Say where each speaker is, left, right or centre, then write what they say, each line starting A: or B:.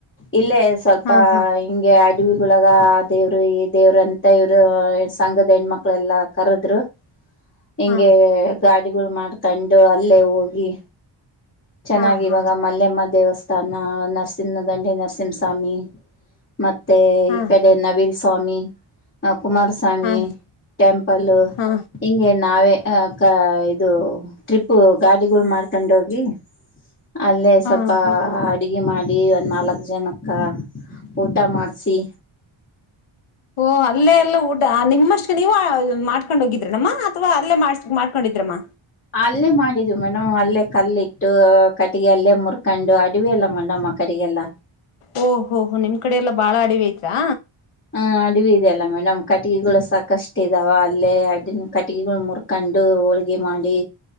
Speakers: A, on the left; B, on the left.
A: ಇಲ್ಲೇ ಸ್ವಲ್ಪ
B: ಹಾ ಹಾ
A: ಹಿಂಗೆ ಅಡವಿಗಳೊಳಗ ಆ ದೇವ್ರು ಈ ದೇವ್ರ ಅಂತ ಇವರು ಸಂಗದ ಹೆಣ್ಮಕ್ಳಲ್ಲಾ ಕರದ್- ಹಿಂಗೆ
B: ಹಾ
A: ಗಾಡಿಗಳು ಮಾಡ್ಕೊಂಡು ಅಲ್ಲೇ ಹೋಗಿ ಚೆನ್ನಾಗಿ
B: ಹಾ ಹಾ
A: ಇವಾಗ ಮಲ್ಲೆಮ್ಮ ದೇವತ್ಸ್ ತಾನ ನರಸಿಂಹ ಗಂಡಿ ನರಸಿಂಹಸ್ವಾಮಿ ಮತ್ತೆ
B: ಹಾ
A: ಈ ಕಡೆ
B: ಹಾ
A: ನವಿಲ್ ಸ್ವಾಮಿ ಅಪ್ ಕುಮಾರಸ್ವಾಮಿ
B: ಹಾ
A: ಟೆಂಪಲ್
B: ಹಾ
A: ಹಿಂಗೆ ನಾವೇ ಆ ಕ ಇದು ಟ್ರಿಪ್ಪು ಗಾಡಿಗಳ್ ಮಾಡ್ಕೊಂಡೋಗಿ ಅಲ್ಲೇ
B: ಹಾ
A: ಸ್ವಲ್ಪ
B: ಹಾ
A: ಅಡುಗೆ ಮಾಡಿ ಡಿ ಒಂದ್ ನಾಲ್ಕ್ ಜನಕ್ಕ ಊಟ ಮಾಡ್ಸಿ
B: ಓಹ ಅಲ್ಲೆಲ್ಲಾ ಊಟ ನಿಮ್ಮಷ್ಟು ನೀವು ಮಾಡ್ಕೊಂಡೋಗಿದ್ರನಮ್ಮ ಅಥವಾ ಅಲ್ಲೇ ಮಾಡ್ಸಕ್ ಮಾಡ್ಕೊಂಡಿದ್ರಮ್ಮ
A: ಅಲ್ಲೇ ಮಾಡಿದ್ವಿ ಮೇಡಮ್ ಅಲ್ಲೇ ಕಲ್ಲ ಇಟ್ಟು ಕಟ್ಟಿಗೆ ಅಲ್ಲೇ ಮುರ್ಕಂಡು ಅಡವಿ ಅಲ್ಲ ಮೇಡಮ್ ಆ ಕಡೆಗೆಲ್ಲ
B: ಓಹಹೋ ಹೋ ನಿಮ್ ಕಡೆ ಎಲ್ಲಾ ಬಾಳ ಅಡವಿ ಐತ್ರಾ
A: ಹ ಅಡವಿ ಇದೆಯ ಅಲ್ಲ ಮೇಡಮ್ ಕಟಗಿಗಳು ಸಾಕಷ್ಟ ಇದಾವ ಅಲ್ಲೇ ಅ ಕಟಗಿಗಳು ಮುರ್ಕೊಂಡು ಹೋಳ್ಗೆ ಮಾಡಿ